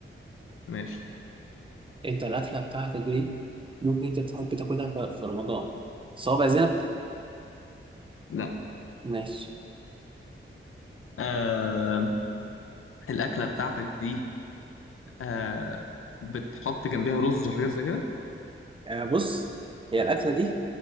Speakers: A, on the left; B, on the right.
A: ماشي
B: انت الاكله بتاعتك دي ممكن تتحب تاكلها في في رمضان صوابع زينب
A: لا
B: ماشي
A: آه الأكلة بتاعتك دي آه بتحط جنبها رز وحاجات زي كده
B: آه، بص هي الاكله دي